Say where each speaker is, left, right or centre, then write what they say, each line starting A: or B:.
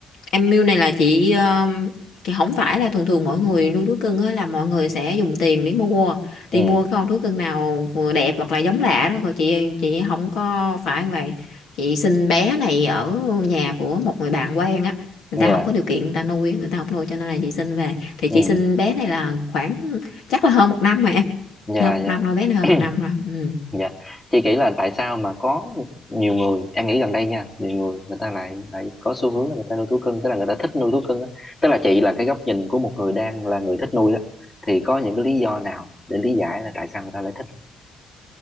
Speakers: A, on the left; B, on the left.
A: em mưu này là chị um, chị không phải là thường thường mọi người nuôi thú cưng á là mọi người sẽ dùng tiền để mua
B: Ừ,
A: đi mua cái con thú cưng nào vừa đẹp hoặc là giống lạ đó rồi chị chị không có phải như vậy chị sinh bé này ở nhà của một người bạn quen á người
B: dạ,
A: ta không có điều kiện người ta nuôi người ta không nuôi cho nên là chị sinh về thì
B: ừ,
A: chị sinh bé này là khoảng chắc là hơn một năm rồi em
B: dạ,
A: hơn một
B: dạ,
A: năm rồi bé này hơn
B: <clears throat>
A: một năm rồi ừ.
B: dạ. Chị nghĩ là tại sao mà có nhiều người, em nghĩ gần đây nha, nhiều người người ta lại lại có xu hướng là người ta nuôi thú cưng, tức là người ta thích nuôi thú cưng á. Tức là chị là cái góc nhìn của một người đang là người thích nuôi đó, thì có những cái lý do nào để lý giải là tại sao người ta lại thích? không?